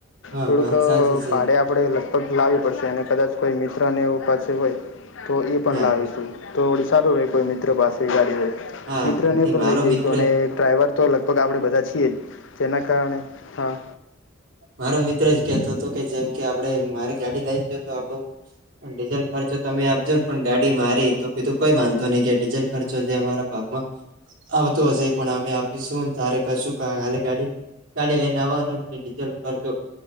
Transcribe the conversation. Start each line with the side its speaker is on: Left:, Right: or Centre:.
Right: હા
Left: થોડુંક
Right: વાત સાચી છે
Left: ભાડે આપણે લગભગ લાવવી પડશે અને કદાચ કોઈ મિત્રને એવું પાસે હોય તો એ પણ
Right: હા
Left: લાવીશું તો ઓડ સારું ર કોઈ મિત્ર પાસે ગાડી હોય
Right: હા
Left: મિત્ર ને
Right: એ
Left: પણ
Right: મારો
Left: લઈ જઈશું
Right: મિત્ર
Left: અને ડ્રાઈવર તો લગભગ આપણેે બધા છીએ જ જેના કારણે હા
Right: મારો મિત્ર જ કેતો હતો કે જેમ કે આપડ મારી ગાડી લઈ જએ તો આપડું ડીઝલ ખર્ચ જો તમે આપજો ને પણ ગાડી મારી તો પીધું કોઈ માનંધતો નહી કે ડીઝલ ખર્ચો જે અમારા ભાગમાં આવતું હશે પણ અમે આપીશું તારે કશું ખાલી ગાડી ગાડી લઈને આવવા નું <unintelligible> ખર્ચો